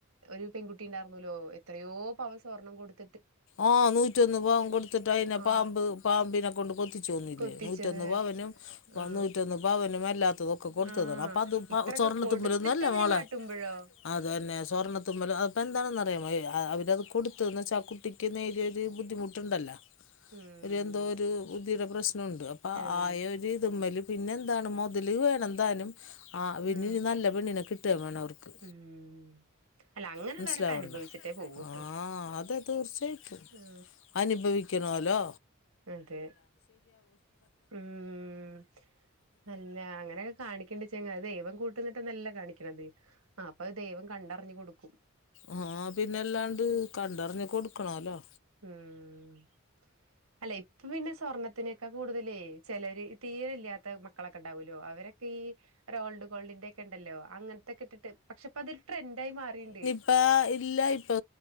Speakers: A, on the right (about 75°); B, on the left (about 60°).
A: ഒരു പെൺകുട്ടി ഇണ്ടായിർന്നല്ലോ എത്രയോ പവൻ സ്വർണ്ണം കൊടുത്ത
B: ആ നൂറ്റൊന്ന് പവൻ കൊടുത്തിട്ട് അയിനെ
A: ആ
B: പാമ്പ് പാമ്പിനെ കൊണ്ട് കൊത്തി ത്തിച്ച് കൊന്നില്ലേ
A: കൊത്തിച്ചത്
B: നൂറ്റൊന്ന് പവനും
A: ആ
B: നൂറ്റൊന്ന് പവനും അല്ലാത്തതൊ - ക്ക കൊടുത്തതാണ്
A: ആ
B: അപ്പൊ അതും
A: ഇത്രൊക്കെ
B: സ്വർണ്ണത്തുമലേന്നും
A: കൊടുത്തിട്ട്
B: അല്ലേ
A: ഇവര്
B: മോളെ
A: കാട്ടുമ്പോഴോ
B: അത് തന്നെ സ്വർണ്ണത്തുമ്പലും അപ്പൊ എന്താണെന്ന് അറിയാ അവര്ത് കൊടുത്തന്ന് വെച്ചാ ആ കുട്ടി നേരിയൊരു ബുദ്ധിമുട്ടുണ്ടല്ലോ
A: ഉം
B: എന്തൊ ഒരു ബുദ്ധിയുടെ പ്രശ്നമുണ്ട്
A: അതെ
B: ആയ ഒരു ഇതമ്മല് പിന്നെ എന്താണ് മൊതല് വേണം താനും - ആഹ പിന്നെ
A: ആ
B: ഇനി നല്ല പെണ്ണിനെ കിട്ടുവേം വേണം അവർക്ക്
A: ഉം അല്ല അങ്ങനെയുള്ളവരൊക്കെ
B: മനസ്സിലാവണ്ടോ
A: അനുഭവിച്ചിട്ടേ പോകൂട്ടോ
B: ആ അതെ തീർച്ചയായിട്ടും
A: ആ
B: അനുഭവിക്കണല്ലോ
A: അതെ ഉം അല്ല അങ്ങനെ കാണിക്കേണ്ട വെച്ചാ ദൈവം കൂട്ട് നിന്നിട്ടല്ല കാണിക്കണത് അത് അ അപ്പൊ ദൈവം കണ്ടറിഞ്ഞു കൊടുക്കും
B: ആഹ പിന്നെല്ലാണ്ട് കണ്ടറിഞ് കൊടുക്കണൊല്ലോ
A: ഉം അല്ല ഇപ്പൊ പിന്നെ സ്വർണ്ണത്തിനൊക്കെ കൂടുതലേ ചെലർ തീരല്ലാത്ത മക്കളൊക്കെ ഉണ്ടാവൂലോ അവരൊക്കെ ഈ റോഡ്‌ ഗോൾഡിന്റ ഒക്കെ ഒണ്ടല്ലോ അങ്ങനത്തെക്കെ ഇട്ടിട്ട് പക്ഷെ യിപ്പോ അതൊരു ട്രൻഡ് ആയി മാറിയിണ്ട്
B: ഇപ്പ ഇല്ല ഇപ്പൊ